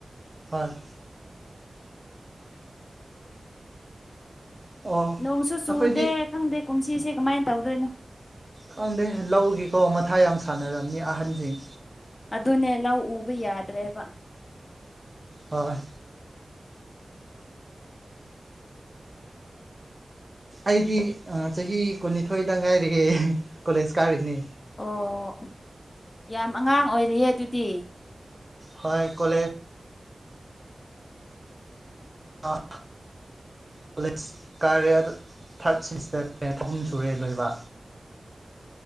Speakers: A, on the right; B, on the left.
A: ꯍꯣꯏ ꯑꯣ
B: ꯅꯣꯡꯁꯨ ꯆꯨꯗꯦ
A: ꯑꯩꯈꯣꯏꯗꯤ
B: ꯈꯪꯗꯦ ꯀꯨꯝꯁꯤꯁꯦ ꯀꯃꯥꯏꯅ ꯇꯧꯗꯣꯏꯅꯣ
A: ꯈꯪꯗꯦ ꯂꯧꯒꯤꯀꯣ ꯃꯊꯥ ꯌꯥꯝ ꯁꯥꯟꯅꯔꯝꯅꯤ ꯑꯍꯟꯁꯤꯡ
B: ꯑꯗꯨꯅꯦ ꯂꯧ ꯎꯕ ꯌꯥꯗ꯭ꯔꯦꯕ
A: ꯍꯣꯏ ꯑꯩꯗꯤ ꯆꯍꯤ ꯀꯨꯟꯅꯤꯊꯣꯏꯗ ꯉꯥꯏꯔꯒꯦ ꯀꯣꯂꯦꯖ ꯀꯥꯔꯤꯅꯦ
B: ꯑꯣ ꯌꯥꯝ ꯑꯉꯥꯡ ꯑꯣꯏꯔꯤꯌꯦ ꯑꯗꯨꯗꯤ
A: ꯍꯣꯏ ꯀꯣꯂꯦꯖ ꯑꯥ ꯀꯣꯂꯦꯖ ꯀꯥꯔꯦ ꯑꯗꯨ ꯊꯥꯔꯠ ꯁꯦꯃꯤꯁꯇꯔ ꯑꯍꯨꯝ ꯁꯨꯔꯦ ꯂꯣꯏꯕ